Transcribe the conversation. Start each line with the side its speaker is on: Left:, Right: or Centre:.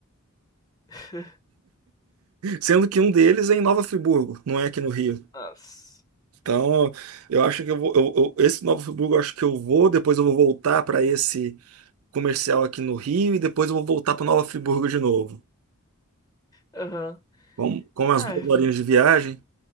Left: <laughs>
Right: Sendo que um deles é em Nova Friburgo, não é aqui no Rio.
Left: Nossa.
Right: Então, eu acho que eu vou, eu- eu- esse Nova Friburgo, eu acho que eu vou, depois eu vou voltar para esse comercial aqui no Rio e depois eu vou voltar para Nova Friburgo de novo.
Left: Aham.
Right: Vamos, com as duas
Left: É,
Right: horinhas de viagem.